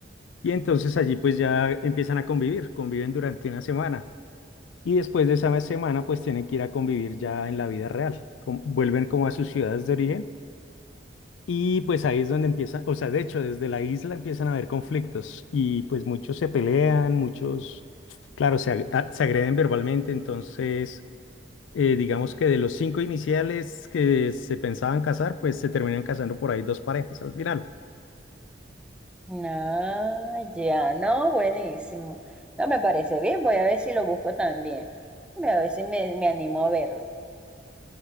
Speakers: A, on the left; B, in the centre.
A: Y entonces allí pues ya empiezan a convivir, conviven durante una semana. Y después de esa semana, pues tienen que ir a convivir ya en la vida real. Com- vuelven como a sus ciudades de origen. Y pues ahí es donde empiezan, o sea, de hecho, desde la isla empiezan a haber conflictos. Y pues muchos se pelean, muchos, claro, se, ag- a- se agreden verbalmente. Entonces, eh, digamos que de los cinco iniciales que se pensaban casar, pues se terminan casando por ahí dos parejas al final.
B: No, ya, no, buenísimo. No me parece bien, voy a ver si lo busco también. Voy a ver si me, me animo a verlo.